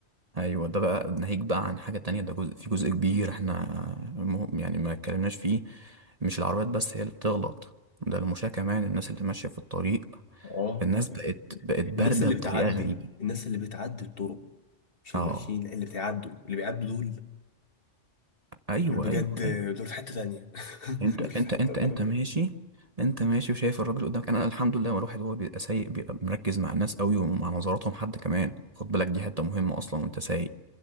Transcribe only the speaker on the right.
ايوه ده بقى ناهيك بقى عن حاجة تانية ده جزء في جزء كبير احنا مه- يعني ما اتكلمناش فيه مش العربيات بس هي اللي بتغلط ده المشاة كمان الناس اللي ماشية في الطريق
الناس بقت بقت باردة
بطريقة
غريبة
اه
ايوه
ايوه ايوه
انت
انت
انت
انت ماشي انت ماشي وشايف الراجل قدامك انا الحمد لله الواحد هو بيبقى سايق بيبقى مركز مع الناس قوي ومع نظراتهم حد كمان خد بالك دي حته مهمه اصلا وانت سايق